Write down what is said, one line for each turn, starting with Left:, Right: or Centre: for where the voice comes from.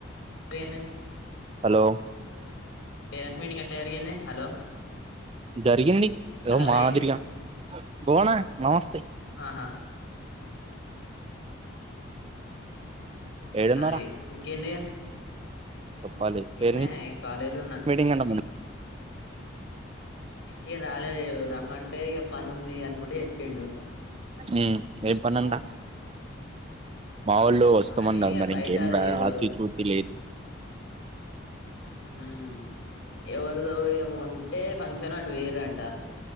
Left: టేను
Right: హలో
Left: పేరెంట్స్ మీటింగ్ అట్లా జరిగింది హలో
Right: జరిగింది
Left: హలో
Right: మాదిరిగా
Left: రేయ్
Right: బోనా నమస్తే
Left: ఆహా
Right: ఏడున్నారా
Left: అ ఆ ఇంకేందిగా
Right: చెప్పాలి
Left: ఈడనే
Right: పేరెంట్స్
Left: కాలేజ్లా ఉన్నా
Right: మీటింగ్ అంట
Left: ఇక రాలేదు రమ్మంటే ఇక పని ఉంది అనుకుంటే చెప్పిడు
Right: మ్మ్ వె పన్నంట మా వాళ్ళ వస్తామన్నారు
Left: పని ఇగ
Right: మరి
Left: బయట
Right: ఇంకేం
Left: అది
Right: రా
Left: ఏదో
Right: అతి చూతి లేదు
Left: మ్మహ్ ఎవరిదో ఏమి ఉంటే ఫంక్షన్ అటు పొయ్యిరంట